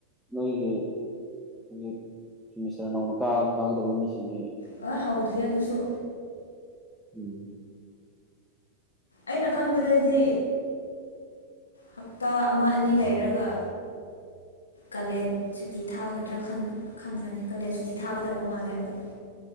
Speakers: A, in the centre; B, on the left (about 75°).
A: ꯅꯣꯏꯒꯤ ꯍꯧꯖꯤꯛ ꯁꯤꯃꯤꯁꯇꯔ ꯅꯧꯅ ꯀꯥ ꯀꯥꯒꯗꯕ ꯃꯤꯁꯤꯡꯗꯤ
B: ꯑ ꯍꯧꯗ꯭ꯔꯤ ꯑꯗꯨꯁꯨ
A: ꯎꯝ
B: ꯑꯩꯅ ꯈꯟꯕꯗꯗꯤ ꯍꯞꯇꯥ ꯑꯃ ꯑꯅꯤ ꯂꯩꯔꯒ ꯀꯥꯂꯦꯟ ꯁꯨꯇꯤ ꯊꯥꯒꯗ꯭ꯔꯥ ꯈꯟꯕꯅꯦ ꯀꯥꯂꯦꯟ ꯁꯨꯇꯤ ꯊꯥꯒꯗꯕ ꯃꯥꯜꯂꯦ ꯑꯃꯨꯛ